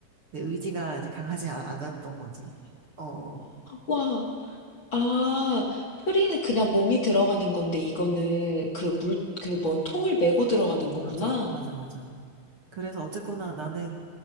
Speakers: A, on the right; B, on the left.
A: 내 의지가 이제 강하지 아- 않았던 거지. 어, 어,
B: 와, 아, 프리는 그냥 몸이 들어가는 건데, 이거는 그 물, 그 뭔 통을 메고 들어가는 거구나.
A: 맞아, 맞아, 맞아. 그래서 어쨌거나 나는